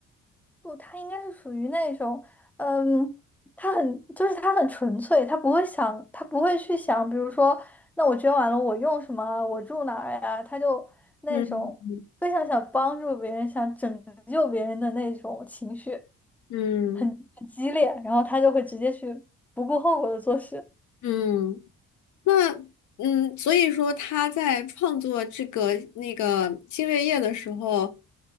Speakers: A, in the centre; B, on the left.
A: 不，他应该是属于那种，嗯，他很，就是他很纯粹，他不会想，他不会去想，比如说，那我捐完了，我用什么啊，我住哪儿呀？他就那种非常想帮助别人、
B: 嗯
A: 想拯救别人的那种情绪，
B: 嗯
A: 很很激烈，然后他就会直接去不顾后果的做事。
B: 嗯，那嗯，所以说他在创作这个那个星月夜的时候，